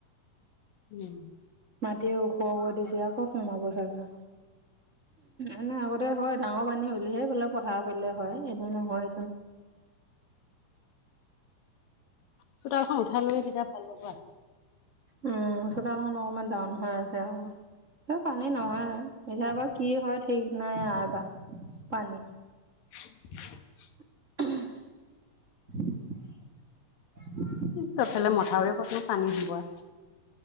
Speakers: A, on the left (about 90°); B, on the right (about 25°).
A: উম
B: মাটিয়ে ওখ কৰি দিছে আকৌ সোমাব চাগে। এনে আগতে হয় ডাঙৰ পানী হলিহে বোলে প ফালে হয় এইবাৰ নহয়
A: চোতালখন উঠাই ল'লে তেতিয়া ভাল হ'ব।
B: উম, চোতালখন অকণমান দাউন হৈ আছে আৰু। পানী নহয় এতিয়াবা কি হয় ঠিক নাই এবাৰ। পানী
A: <unintelligible>
B: <unintelligible>
A: চবফালে মথাউৰি কতনো পানী হবৱা।